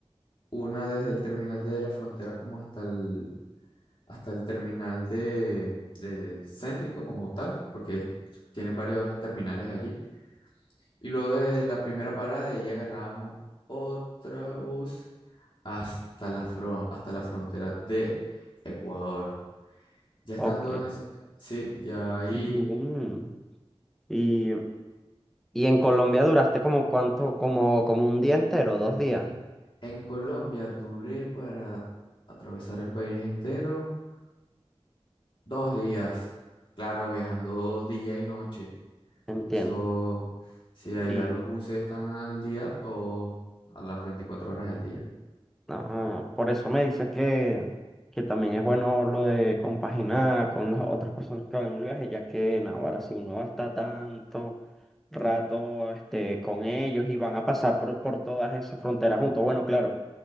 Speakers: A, on the left; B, in the centre.
A: una desde el terminal de la frontera como hasta el, hasta el terminal de, de céntrico como tal, porque es- tienen varios terminales allí. Y luego de la primera parada de allí agarrábamos otro bus hasta la, fron- hasta la frontera de Ecuador. Ya estando
B: Ok.
A: en eso, sí, ya ahí...
B: Mm. Y, y en Colombia duraste como cuánto, como, como un día entero, dos días,
A: En Colombia duré para atravesar el país entero dos días. Claro, viajando día y noche.
B: entiendo.
A: Eso, si allá
B: Y
A: los buses están al día, todo a las 24 horas del día.
B: ah, por eso me dices que, que también es bueno lo de compaginar con las otras personas que van en el viaje, ya que en ahora si uno va a estar tanto rato este, con ellos y van a pasar por, por todas esas fronteras juntos. Bueno, claro,